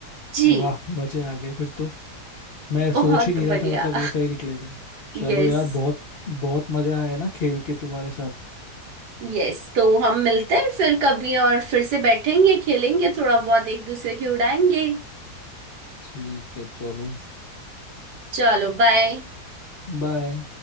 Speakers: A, on the right (about 75°); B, on the left (about 50°).
A: जी
B: वाह मजे आ गए फिर तो मैं सोच
A: बहुत
B: ही नहीं
A: बढ़िया
B: रहा था मतलब ये सही निकलेगा
A: <laughs>
B: चलो
A: यस
B: यार बहुत बहुत मजा आया ना खेल के तुम्हारे साथ
A: यस तो हम मिलते हैं फिर कभी और फिर से बैठेंगे खेलेंगे थोड़ा बहुत एक दूसरे की उड़ाएंगे
B: ठीक है चलो
A: चलो बाय
B: बाय